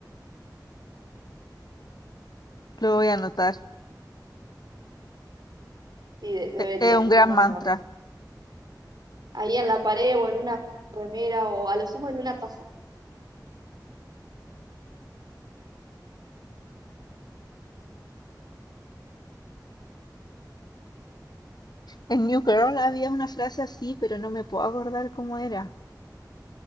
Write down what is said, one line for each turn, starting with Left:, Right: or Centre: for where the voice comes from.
Left: Lo voy a anotar.
Right: Sí, de- deberías
Left: Eh, Es un gran
Right: tenerlo
Left: mantra.
Right: ahí en la pared o en una remera o a lo sumo en una taza.
Left: En New Girl había una frase así, pero no me puedo acordar cómo era.